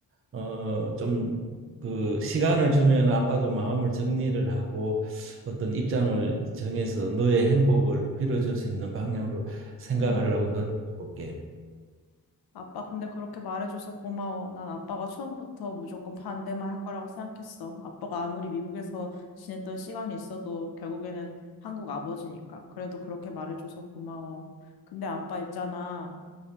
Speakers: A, on the right (about 35°); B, on the left (about 80°).
A: 어, 좀 그 시간을 주면 아빠도 마음을 정리를 하고 어떤 입장을 정해서 너의 행복을 빌어줄 수 있는 방향으로 생각하려고
B: 응.
A: 노력해 볼게.
B: 아빠, 근데 그렇게 말해줘서 고마워. 난 아빠가 처음부터 무조건 반대만 할 거라고 생각했어. 아빠가 아무리 미국에서 지냈던 시간이 있어도 결국에는 한국 아버지니까. 그래도 그렇게 말해줘서 고마워. 근데 아빠 있잖아.